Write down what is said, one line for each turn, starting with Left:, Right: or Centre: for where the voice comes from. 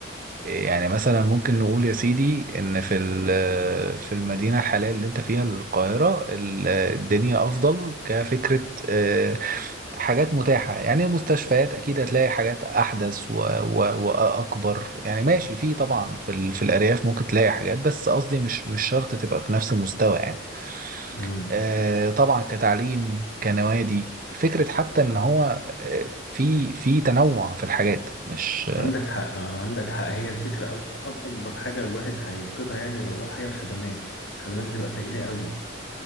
Right: يعني مثلا ممكن نقول يا سيدي ان في ال- في المدينه الحاليه اللي انت فيها القاهره ال- الدنيا افضل كفكره آه، حاجات متاحه يعني المستشفيات اكيد هتلاقي حاجات احدث و- و- واكبر يعني ماشي في طبعا في ال- في الارياف ممكن تلاقي حاجات بس قصدي مش مش شرط تبقى في نفس المستوى يعني
Left: امم
Right: آه، طبعا كتعليم كنوادي فكره حتى ان هو آه، في في تنوع في الحاجات مش
Left: عندك حق آه، عندك حق هي الفكرة أك- أك- أكبر حاجة الواحد هيفقدها يعني لو راح هي الخدمات الخدمات هتبقى فقيرة قوي